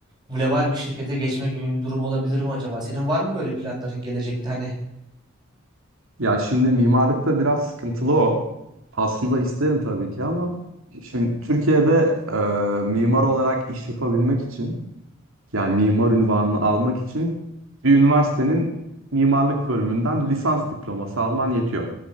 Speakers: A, on the right; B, on the right.
A: global bir şirkete geçme gibi bir durum olabilir mi acaba? Senin var mı böyle planların gelecekte hani?
B: Ya şimdi mimarlıkta biraz sıkıntılı o. Aslında isterim tabii ki ama şimdi Türkiye'de e, mimar olarak iş yapabilmek için yani mimar unvanını almak için bir üniversitenin mimarlık bölümünden lisans diploması alman yetiyor.